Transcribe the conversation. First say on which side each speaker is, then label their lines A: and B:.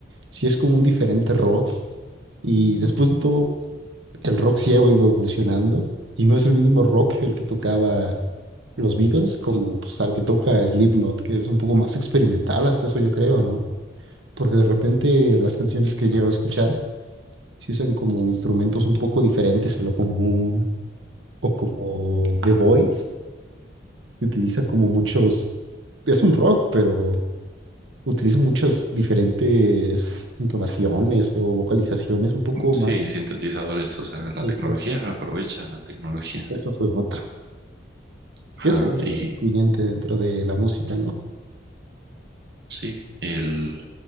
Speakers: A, on the right; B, on the right.
A: Sí es como un diferente rock. Y después de todo, el rock sí ha ido evolucionando y no es el mismo rock el que tocaba los Beatles como pues al que toca Slipknot, que es un poco más experimental, hasta eso yo creo, ¿no? Porque de repente las canciones que llevo a escuchar se usan como instrumentos un poco diferentes a lo común O como The Voids, que utiliza como muchos, es un rock, pero utiliza muchas diferentes entonaciones o vocalizaciones un poco
B: Sí,
A: más.
B: sintetizadores, o sea, la
A: Exacto.
B: tecnología, aprovechan la tecnología.
A: Eso fue otra.
B: Ajá,
A: Que es otra
B: y
A: cosa influyente dentro de la música, ¿no?
B: sí, el,